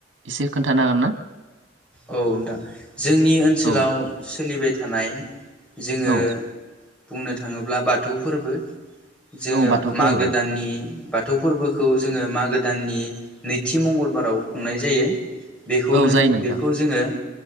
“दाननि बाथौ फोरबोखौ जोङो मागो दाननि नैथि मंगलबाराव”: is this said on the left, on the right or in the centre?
Centre